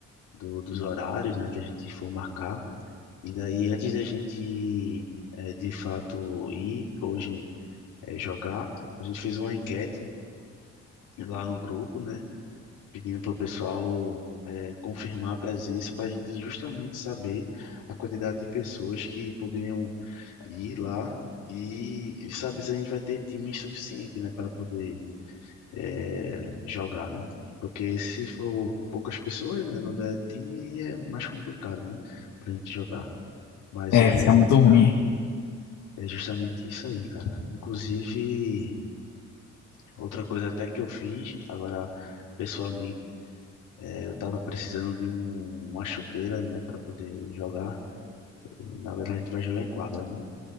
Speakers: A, on the left (about 80°); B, on the left (about 65°).
A: do- dos horários, né, que a gente for marcar. E daí, antes da gente, eh, de fato, ir hoje eh, jogar, a gente fez uma enquete lá no grupo, né, pedindo para o pessoal eh, confirmar a presença para a gente justamente saber a quantidade de pessoas que poderiam ir lá e, e saber se a gente vai ter time suficiente, né, para poder é, jogar, né? Porque se for poucas pessoas, né, não der time, aí é mais complicado, né, para a gente jogar. Mas
B: É,
A: é,
B: fica
A: ju-
B: muito ruim.
A: é justamente isso aí, cara. Inclusive, outra coisa até que eu fiz, agora pessoalmente, é, eu tava precisando de um, uma chuteira, né, para poder jogar. Na verdade, a gente vai jogar em quadra, né?